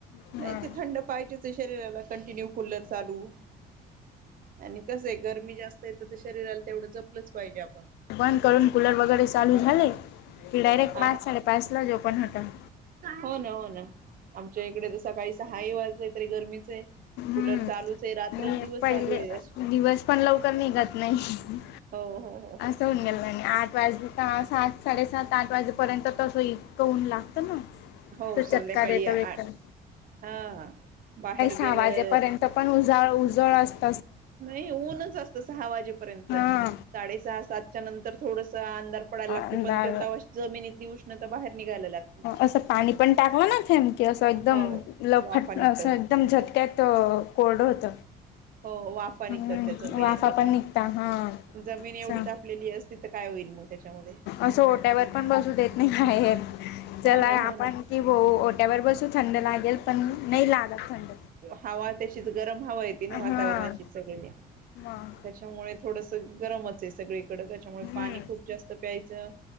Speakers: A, on the left; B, on the right.
A: हं
B: नाही ते थंड पाहिजे. शरीराला कंटिन्यू कुलर चालू आणि कसं आहे गरमी जास्तय ते शरीराला तेवढं जपलंच पाहिजे आप
A: बंद करून कूलर वगैरे चालू झाले की डायरेक्ट
B: हा
A: पाच
B: हा
A: साडे पाच ला झो पण होता.
B: हो ना, हो ना, आमच्या इकडे तर सकाळी सहा हि वाजले तरी गरमीचं आहे.
A: हम्म,
B: कूलर चालूच आहे रात्रंदिवस
A: मी पहिले
B: चालू आहे
A: दिवस पण लवकर निघत नाही
B: हो हो हो हो
A: असं होऊन गेलं आठ वाजले का सात साडेसात आठ वाजेपर्यंत तसं इतक उन्ह लागतं ना.
B: हो
A: तो
B: संध्याकाळी
A: चटकार येतो
B: आ,
A: एकदम.
B: हा बाहेर.
A: ह
B: गेलं
A: वाजेपर्यंत पण. उजाळा उजाळा अस
B: नाही ऊनच असत सहा वाजेपर्यंत
A: हा
B: साडेसहा सात त्यानंतर थोडंस. अधार पडयला लागतो
A: अंधार
B: पण ते तवा जमीनीतली उष्ण नता बाहेर. निघायला लागते
A: असं पाणी पण टाकल ना थेम की असं एकदम
B: हो
A: ल
B: वाफा
A: फट
B: निघतात
A: अस एकदम झटक्यात कोरड होत.
B: हो वाफा निघतात
A: हम्
B: त्या जमिनीतून
A: वाफा पण निघता हा
B: जमीन एवढी
A: चा
B: तापलेली असती तर काय होईल मग त्याच्यामध्ये
A: असं ओट्यावर पण बसू देत नाही बाहेर
B: हो
A: चला
B: ना
A: आपण
B: हो ना
A: कि हो ओट्यावर बसू थंड लागेल. पण. नाही लागत थंड
B: हवा. तशीच गरम हवा येती ना वातावरणाची
A: हा
B: सगळे,
A: मग
B: त्याच्यामुळे थोडस गरमच हाय सगळे. थोडं त्याच्यामुळे
A: हम्म
B: पाणी खूप जास्त प्यायचं.